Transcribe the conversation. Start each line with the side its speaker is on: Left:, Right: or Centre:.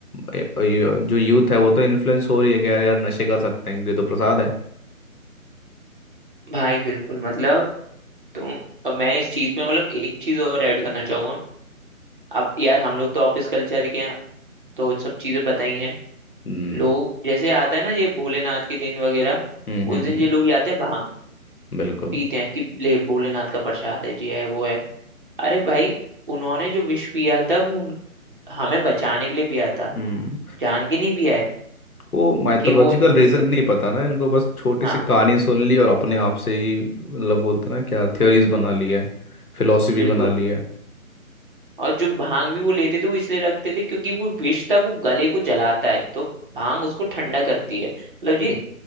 Left: ए- ए- जो यूथ है वो तो इन्फ्लुएंस हो रही है कि यार यार नशे कर सकते हैं ये तो प्रसाद है
Right: भाई बिल्कुल मतलब तुम अब मैं इस चीज में मतलब एक चीज और ऐड करना चाहूंगा अब यार हम लोग तो ऑफिस कल्चर के हैं तो सब चीजें पता ही हैं
Left: हम्म
Right: लोग जैसे आता है ना ये भोलेनाथ के दिन वगैरह
Left: हम्म
Right: उस
Left: हम्म
Right: दिन
Left: हम्म,
Right: ये लोग ये आते हैं भांग
Left: बिल्कुल
Right: पीते हैं कि ले भोलेनाथ का प्रसाद है जी है वो है अरे भाई उन्होंने जो विष पिया था वो उन- हमें बचाने के लिए पिया था
Left: हम्म
Right: जान के नहीं पिया है
Left: वो माइथोलॉजिकल
Right: कि वो
Left: रीजन
Right: उस-
Left: नहीं पता ना इनको बस छोटी
Right: हाँ
Left: सी कहानी सुन ली और अपने आप से ही मतलब बोलते ना क्या थ्योरीज बना ली है फिलोसफी
Right: बिल्कुल
Left: बना ली है
Right: और जो भांग भी वो लेते थे वो इसलिए लगते थे क्योंकि वो विष था वो गले को जलाता है तो भांग उसको ठंडा करती है मतलब ये
Left: हम्म